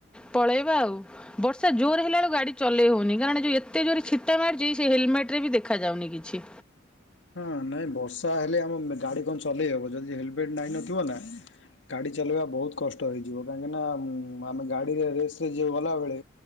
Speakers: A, in the centre; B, on the left (about 70°).
A: ପଳେଇବା ଆଉ ବର୍ଷା ଜୋର ହେଲା ବେଳୁକୁ ଗାଡି ଚଲେଇ ହଉନି କାରଣ ଯୋଉ ଏତେ ଜୋର ଛିଟା ମାରିଛି ସେ ହେଲମେଟ ରେ ବି ଦେଖ ଦେଖାଯାଉନି କିଛି।
B: ହଁ ନାଇଁ ବର୍ଷା ହେଲେ ଆମ ଗାଡି କଣ ଚଲେଇ ହବ ଯଦି ହେଲମେଟ ନାଇଁ ନଥିବ ନା ଗାଡି ଚଲେଇବା ବହୁତ କଷ୍ଟ ହେଇଯିବ କାହିଁକିନା ଆମେ ଗାଡିରେ ରେସ ରେ ଯେ ଗଲାବେଳେ